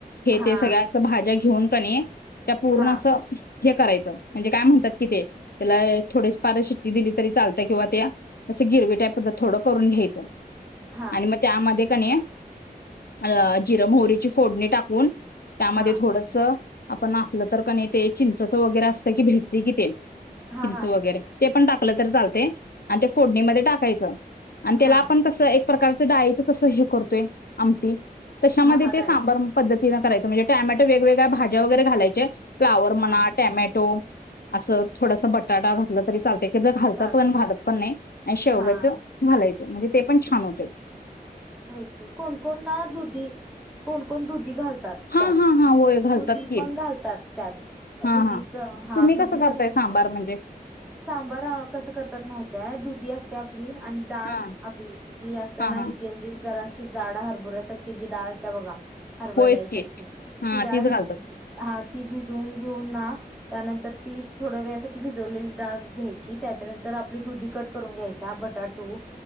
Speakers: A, on the left (about 70°); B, in the centre.
A: हे
B: हा
A: ते सगळ्या- अस भाज्या घेऊन का नाही, त्या पूर्ण
B: हा
A: असं- हे करायचं, म्हणजे काय म्हणतात कि ते, त्याला- थोडीशी पार शिट्टी दिली तरी चालतय किंवा त्या असं गिरवी टायप थोडंसं करून घ्यायचं.
B: हा
A: आणि मग त्यामध्ये क नाही अ.. जिरे मोहरीची फोडणी टाकून- त्यामध्ये
B: हा
A: थोडस आपण असलं तर का नाही, ते चिंचचं वगैरे असतंय की, भेटतय की ते-
B: हा,
A: चिंच
B: हा.
A: वगैरे ते पण टाकलं तर चालतंय, अन् ते फोडणीमध्ये टाकायचं, त्याला
B: हा
A: आपण कसय- प्रकारचं डाळीचं कसं हे करतोय, आमटी तशामध्ये
B: हा हा
A: ते
B: डाळीचं
A: सांबर- पद्धतीने करायच, म्हणजे टोमॅटो वेगवेगळ्या भाज्या वगैरे घालायचे, फ्लॉवर
B: हा
A: म्हणा- टॉमॅटो असं थोडस बटाटा घातला तरी चालतय. एकजन घालतात
B: चालत
A: पण, घालत पण नाही आणि शेवगाचं
B: हा
A: घालायचं म्हणजे ते पण छान होतय.
B: होय की, कोण, कोण ना दुधी- कोण, कोण दुधी घालतात
A: हां,
B: त्यात,
A: हां, हां. होय घालतात
B: दुधी
A: की.
B: पण घालतात त्यात.
A: हां,
B: दुधीच,
A: हां.
B: हा
A: तुम्ही
B: दुधी
A: कसं करताय
B: पण-
A: सांबार म्हणजे?
B: सांबार अ कसं करतात माहितीये? दुधी असत्या - आपली आणि डाळ
A: हां,
B: आपली जी असत्याना
A: हां, हां.
B: ही - म्हणजे, जराशी जाड हरभुऱ्यासारखी जी डाळ असत्या बघा- हरभरा
A: होयच
B: डाळीसारखी.
A: की. हां,
B: ती डाळ
A: तीच घालतात.
B: हा ती भिजून घेऊन ना- त्यानंतर, ती थोड्या वेळासाठी भिजवलेली डाळ घ्यायची, त्याच्यानंतर आपली दुधी कट करून घ्यायचा. बटाट- टु